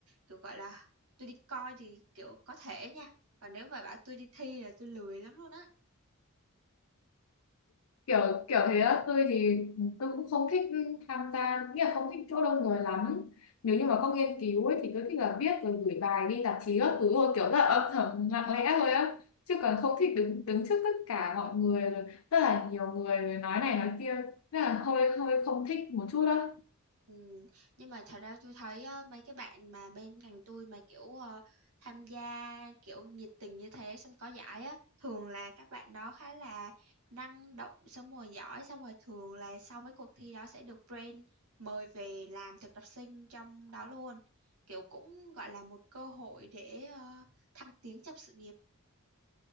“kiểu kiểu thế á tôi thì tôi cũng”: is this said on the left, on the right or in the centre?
Left